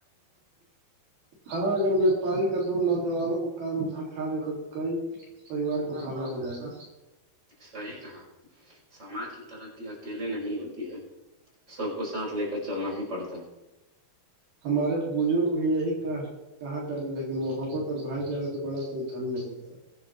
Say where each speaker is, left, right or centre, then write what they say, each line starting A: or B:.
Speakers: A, on the right (about 65°); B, on the right (about 15°).
A: ہاں اگر وپاری کا دو نوجوانوں کو کام سکھا دے تو کئی پریوار کا بھال ہو جائے گا
B: صحیح کہا سماج کی ترقی اکیلے نہیں ہوتی ہے سب کو ساتھ لے کر چلنا ہی پڑتا ہے
A: ہمارے بزرگ بھی یہی کہاں کہا کرتے تھے کہ محبت اور بھائی چارے سے بڑا کوئی دھن نہیں ہوتا